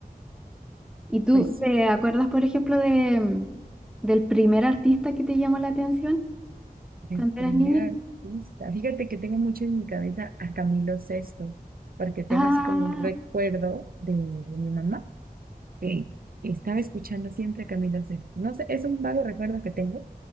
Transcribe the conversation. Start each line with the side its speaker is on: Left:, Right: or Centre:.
Centre: ¿Y tú
Right: Pues
Centre: te acuerdas, por ejemplo, de, mm, del primer artista que te llamó la atención
Right: el
Centre: cuando
Right: primer
Centre: eras niña?
Right: artista, fíjate que tengo mucho en mi cabeza a Camilo Sexto, porque tengo
Centre: Ah,
Right: así como un recuerdo de mi mamá que estaba escuchando siempre a Camilo Sesto. No sé, es un vago recuerdo que tengo,